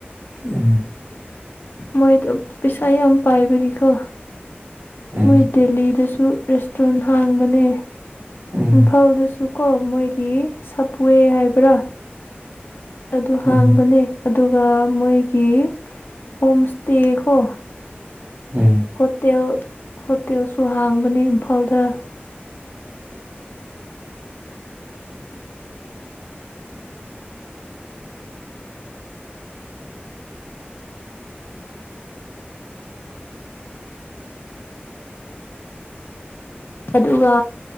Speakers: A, on the right; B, on the left.
A: ꯎꯝ
B: ꯃꯣꯏꯗꯣ ꯄꯩꯁꯥ ꯌꯥꯝ ꯄꯥꯏꯕꯒꯤꯀꯣ
A: ꯎꯝ
B: ꯃꯣꯏ ꯗꯦꯂꯤꯗꯁꯨ ꯁꯨ ꯔꯦꯁꯇꯨꯔꯦꯟꯠ ꯍꯥꯡꯕꯅꯦ
A: ꯎꯝ
B: ꯏꯝꯐꯥꯜꯗꯁꯨ ꯁꯨꯀꯣ ꯃꯣꯏꯒꯤ ꯁꯞꯋꯦ ꯍꯥꯏꯕ꯭ꯔꯥ ꯑꯗꯨ ꯍꯥꯡꯕꯅꯦ
A: ꯎꯝ
B: ꯑꯗꯨꯒ ꯃꯣꯏꯒꯤ ꯍꯣꯝ ꯁ꯭ꯇꯦꯀꯣ
A: ꯎꯝ
B: ꯍꯣꯇꯦꯜ ꯍꯣꯇꯦꯜꯁꯨ ꯍꯥꯡꯕꯅꯦ ꯏꯝꯐꯥꯜꯗ ꯑꯗꯨꯒ